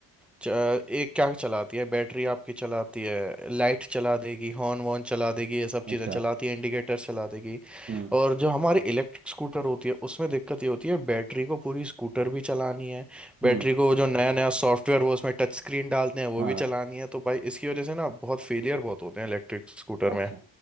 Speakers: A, in the centre; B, on the right.
A: च- एक क्या चलाती है बैटरी आपकी चलाती है लाइट चला देगी हॉर्न वॉर्न चला देगी ये सब
B: अच्छा
A: चीज़ें चलाती है इंडिकेटर चला देगी
B: हम्म
A: और जो हमारी इलेक्ट्रिक स्कूटर होती है उसमें दिक्कत ये होती है बैटरी को पूरी स्कूटर भी चलानी है बैटरी
B: हम्म
A: को जो नया नया सॉफ्टवेयर वो उसमें टच स्क्रीन डालते हैं
B: हाँ
A: वो भी चलानी है तो भाई इसकी वजह से ना बहुत फेलियर बहुत होते हैं इलेक्ट्रिक स्कूटर
B: अच्छा
A: में